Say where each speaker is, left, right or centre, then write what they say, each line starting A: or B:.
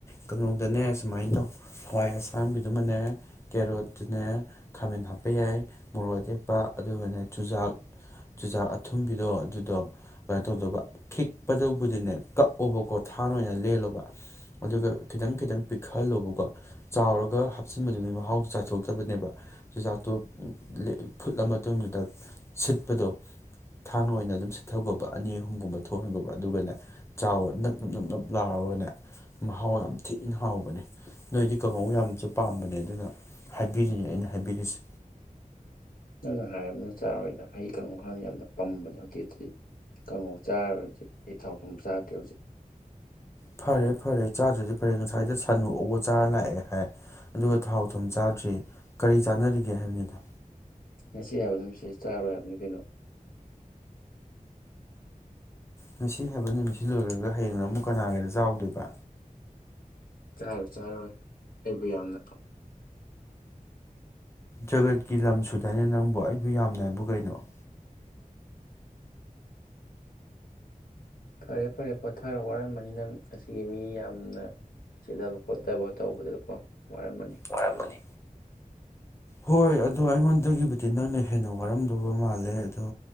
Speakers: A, on the left; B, on the left.
A: ꯀꯥꯡꯉꯧꯗꯅꯦ ꯁꯨꯃꯥꯏꯅ ꯇꯧ ꯍꯋꯥꯏ ꯑꯁꯥꯡꯕꯤꯗꯨꯃꯅꯦ ꯀꯦꯔꯣꯠꯇꯨꯅꯦ ꯈꯥꯃꯦꯟ ꯍꯥꯞꯄ ꯌꯥꯏ ꯃꯣꯔꯣꯛ ꯑꯇꯦꯛꯄ ꯑꯗꯨꯒꯅꯦ ꯆꯨꯖꯥꯛ ꯆꯨꯖꯥꯛ ꯑꯊꯨꯝꯕꯤꯗꯣ ꯑꯗꯨꯗꯣ ꯀꯩꯅꯣ ꯇꯧꯗꯧꯕ ꯈꯤꯛꯄꯗꯨꯕꯨꯗꯤꯅꯦ ꯀꯛꯑꯣꯕꯀꯣ ꯊꯥꯟ ꯑꯣꯏꯅ ꯂꯦꯜꯂꯣꯕ ꯑꯗꯨꯒ ꯈꯤꯇꯪ ꯈꯤꯇꯪ ꯄꯤꯛꯍꯜꯂꯣꯕꯀꯣ ꯆꯥꯎꯔꯒ ꯍꯥꯞꯆꯤꯟꯕꯗꯨꯒꯤ ꯃꯍꯥꯎꯗꯨ ꯆꯥꯊꯣꯛꯇꯕꯅꯦꯕ ꯆꯨꯖꯥꯛꯇꯣ ꯐꯨꯠꯂ ꯃꯇꯨꯡꯗꯨꯗ ꯁꯤꯠꯄꯗꯣ ꯊꯥꯡ ꯑꯣꯏꯅ ꯑꯗꯨꯝ ꯁꯤꯠꯊꯒꯣꯕ ꯑꯅꯤ ꯑꯍꯨꯝꯒꯨꯝꯕ ꯊꯣꯛꯍꯟꯒꯣꯕ ꯑꯗꯨꯒꯅꯦ ꯆꯥꯎꯑꯣ ꯅꯞ ꯅꯞ ꯅꯞ ꯅꯞ ꯂꯥꯎꯔꯒꯅꯦ ꯃꯍꯥꯎ ꯌꯥꯝ ꯊꯤꯅ ꯍꯥꯎꯕꯅꯦ ꯅꯣꯏꯗꯤ ꯀꯥꯡꯍꯧ ꯌꯥꯝꯁꯨ ꯄꯥꯝꯕꯅꯦ ꯑꯗꯨꯅ ꯍꯥꯏꯕꯤꯔꯤꯅꯦ ꯑꯩꯅ ꯍꯥꯏꯕꯤꯔꯤꯁꯤ
B: ꯅꯪꯅ ꯍꯥꯏꯔꯕꯅꯤꯅ ꯆꯥꯔꯣꯏꯗ ꯑꯩ ꯀꯥꯡꯉꯧ ꯍꯥꯟꯅ ꯌꯥꯝꯅ ꯄꯝꯕꯅꯦ ꯍꯧꯖꯤꯛꯗꯤ ꯀꯥꯡꯉꯧ ꯆꯥꯔꯔꯣꯏ ꯍꯧꯖꯤꯛ ꯑꯩ ꯊꯥꯎ ꯊꯨꯝ ꯆꯥꯗ꯭ꯔꯦ ꯍꯧꯖꯤꯛ
A: ꯐꯔꯦ ꯐꯔꯦ ꯆꯥꯗ꯭ꯔꯗꯤ ꯐꯔꯦ ꯉꯁꯥꯏꯗ ꯁꯟ ꯑꯣꯛ ꯆꯥꯔ ꯂꯥꯛꯑꯦ ꯍꯥꯏ ꯑꯗꯨꯒ ꯊꯥꯎ ꯊꯨꯝ ꯆꯥꯗ꯭ꯔꯦ ꯀꯔꯤ ꯆꯥꯅꯔꯤꯒꯦ ꯍꯥꯏꯕꯅꯤꯗ
B: ꯉꯁꯤ ꯍꯥꯏꯕ ꯅꯨꯃꯤꯠꯁꯤꯗꯩ ꯆꯥꯔꯣꯏ ꯍꯥꯏꯕꯅꯤ ꯀꯩꯅꯣ
A: ꯉꯁꯤ ꯍꯥꯏꯕ ꯅꯨꯃꯤꯠꯁꯤ ꯂꯣꯏꯈ꯭ꯔꯒ ꯍꯌꯦꯡꯅ ꯑꯃꯨꯛ ꯀꯅꯥꯒꯤꯗ ꯆꯥꯎꯗꯣꯏꯕ
B: ꯆꯔ ꯆꯥꯔꯔꯣꯏ ꯑꯩꯕꯨ ꯌꯥꯝꯅ
A: ꯖꯒꯠꯀꯤ ꯂꯝ ꯁꯨꯗꯥꯏꯅꯦ ꯅꯪꯕꯨ ꯑꯩꯕꯨ ꯌꯥꯝꯅ ꯍꯥꯏꯕꯨ ꯀꯩꯅꯣ
B: ꯐꯔꯦ ꯐꯔꯦ ꯄꯣꯊꯥꯔꯣ ꯋꯥꯔꯃꯅꯤ ꯅꯪ ꯉꯁꯤꯒꯤ ꯃꯤ ꯌꯥꯝꯅ ꯁꯤꯗꯕ ꯈꯣꯠꯊꯕ ꯇꯧꯕꯗꯀꯣ ꯋꯥꯔꯝ
A: ꯋꯤꯔꯝꯃꯅꯤ ꯍꯣꯏ ꯑꯗꯣ ꯑꯩꯉꯣꯟꯗꯒꯤꯕꯨꯗꯤ ꯅꯪꯅ ꯍꯦꯟꯅ ꯋꯥꯔꯝꯗꯧꯕ ꯃꯥꯜꯂꯦ ꯑꯗꯣ